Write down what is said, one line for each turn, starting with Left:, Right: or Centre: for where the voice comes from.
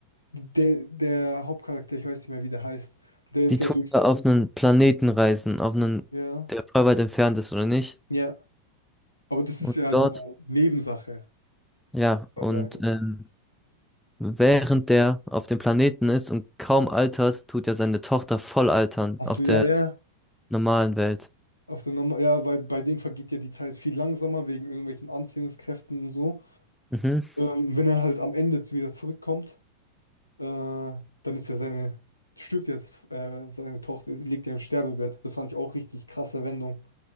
Left: der, der Hauptcharakter, ich weiß nicht mehr, wie der heißt, der ist
Centre: Die tun
Left: ja durchs.
Centre: ja auf einen Planeten reisen, auf einen,
Left: Ja.
Centre: der voll weit entfernt ist, oder nicht?
Left: Ja. Aber das
Centre: Und
Left: ist ja
Centre: dort,
Left: so Nebensache.
Centre: ja,
Left: mal
Centre: und
Left: sagen.
Centre: ähm, während der auf dem Planeten ist und kaum altert, tut ja seine Tochter voll altern
Left: Achso,
Centre: auf der
Left: ja, ja.
Centre: normalen Welt.
Left: Auf der Norm ja, weil bei denen vergeht ja die Zeit viel langsamer wegen irgendwelchen Anziehungskräften und so.
Centre: Mhm.
Left: Ähm, wenn er halt am Ende zu- wieder zurückkommt, äh, dann ist ja seine, stirbt jetzt, äh, seine Tochter ist- liegt ja im Sterbebett. Das fand ich auch richtig krasse Wendung.